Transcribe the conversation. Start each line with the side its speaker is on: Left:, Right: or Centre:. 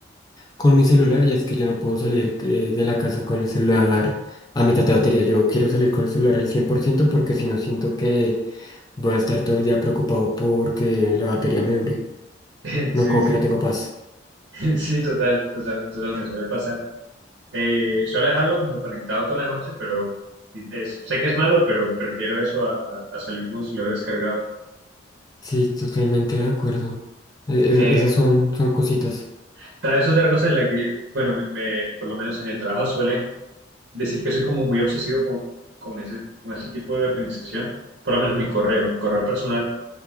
Left: con mi celular y es que yo no puedo salir eh, de la casa con el celular a mitad de batería. Yo quiero salir con el celular al 100% porque si no siento que voy a estar todo el día preocupado porque la batería me dure.
Right: <laughs>
Left: No,
Right: Sí,
Left: como que
Right: sí,
Left: no tengo paz.
Right: <laughs> sí, total, total, total, me suele pasar. Eh, suele dejarlo como conectado toda la noche, pero es- sé que es malo, pero prefiero eso a, a- a salir con el celular descargado.
Left: Sí, totalmente de acuerdo. E- e-
Right: Eh,
Left: esas son, son cositas.
Right: hasta eso es otra cosa en la que, bueno, me, me- por lo menos en el trabajo suelen decir que soy como muy obsesivo con, con ese, con ese tipo de organización, por lo menos mi correo, mi correo personal,